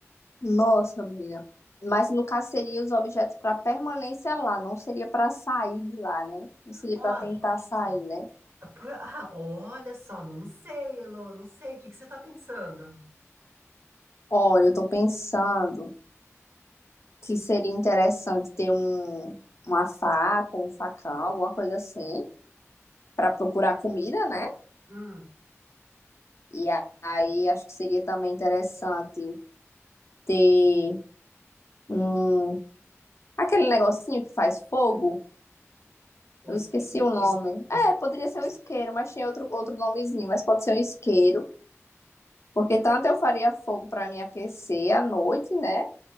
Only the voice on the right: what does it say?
Olha,
pr- ah, olha só, não sei, Elô, não sei. O que que você está pensando?
Hum,
o
esqui-
o
es-